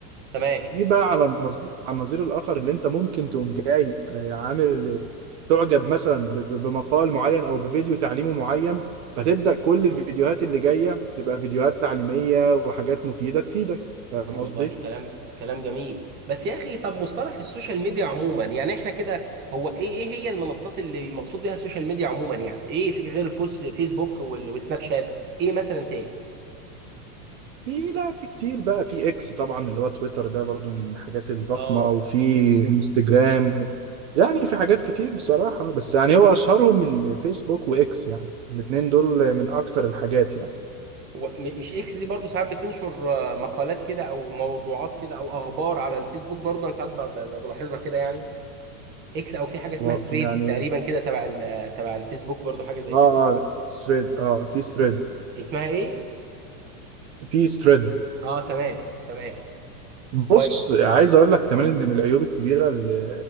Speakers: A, on the right; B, on the right.
A: تمام
B: في بقى على النظير على النظير الاخر اللي انت ممكن تقوم جاي آه، عامل تعجب مثلا ب- ب- بمقال معين او بفيديو تعليمي معين فتبدا كل الفيديوهات اللي جايه تبقى فيديوهات تعليميه وحاجات مفيده تفيدك فاهم
A: والله
B: قصدي؟
A: كلام كلام جميل بس يا اخي طب مصطلح السوشيال ميديا عموما يعني احنا كده هو ايه ايه هي المنصات اللي مقصود بيها السوشيال ميديا عموما يعني ايه في غير فوس فيسبوك وال- وسناب شات ايه مثلا تاني
B: في لا في كتير بقى في اكس طبعا اللي هو تويتر ده برضو من الحاجات الضخمه
A: اه
B: وفي انستجرام يعني في حاجات كتير بصراحه بس يعني هو اشهرهم الفيسبوك واكس يعني الاثنين دول من اكتر الحاجات يعني
A: هو م- مش اكس دي برضو ساعات بتنشر آه، مقالات كده او موضوعات كده او اخبار على الفيسبوك برضو انا ساعات ب- ب- بلاحظها كده يعني اكس او في حاجه اسمها
B: و-
A: تريدز
B: يعني
A: تقريبا كده تبع ال- تبع الفيسبوك برضو حاجه زي
B: اه
A: كده
B: اه ثريد اه في ثريد
A: الثريد- اسمها ايه
B: في ثريد
A: اه تمام تمام
B: بص
A: كويس
B: عايز اقول لك كمان ان من العيوب الكبيره اللي